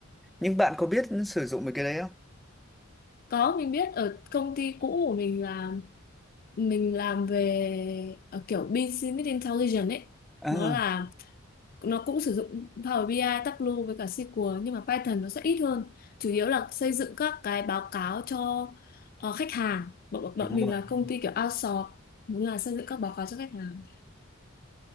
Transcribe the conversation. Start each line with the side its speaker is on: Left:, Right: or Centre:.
Centre: nhưng bạn có biết sử dụng mấy cái đấy không
Left: có mình biết ở công ty cũ của mình là mình làm về ờ, kiểu business intelligence ấy
Centre: à,
Left: nó là nó cũng sử dụng Power BI, ai, Tableau với cả SQL nhưng mà Python nó sẽ ít hơn chủ yếu là xây dựng các cái báo cáo cho ờ, khách hàng bọn, bọn bọn
Centre: đúng
Left: mình
Centre: rồi,
Left: là
Centre: đúng
Left: công
Centre: rồi.
Left: ty kiểu outsource đúng là xây dựng các báo cáo cho khách hàng